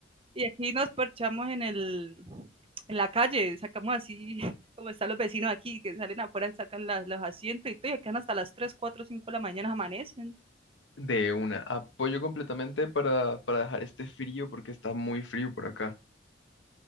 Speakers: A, on the right (about 30°); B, on the left (about 80°).
A: y aquí nos parchamos en el, en la calle, sacamos así, <laughs> como están los vecinos aquí, que salen afuera, sacan las- los asientos y todo, y quedan hasta las 3, 4, 5 de la mañana, amanecen.
B: De una, apoyo completamente para, para dejar este frío porque está muy frío por acá.